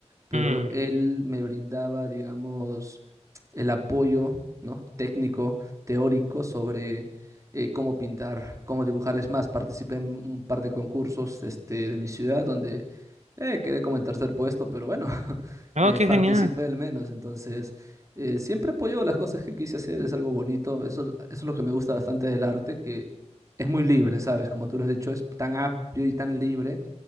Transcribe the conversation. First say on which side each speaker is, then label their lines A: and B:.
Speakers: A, on the right; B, on the right.
A: pero
B: mm.
A: él me brindaba, digamos, el apoyo, ¿no? Técnico, teórico sobre eh, cómo pintar, cómo dibujar. Es más, participé en un par de concursos, este, de mi ciudad donde eh, quedé como en tercer puesto, pero bueno, <laughs>
B: Oh,
A: eh,
B: qué
A: participé
B: genial.
A: al menos. Entonces, eh, siempre apoyo las cosas que quise hacer, es algo bonito. Eso, eso es lo que me gusta bastante del arte, que es muy libre, ¿sabes? Como tú lo has dicho, es tan amplio y tan libre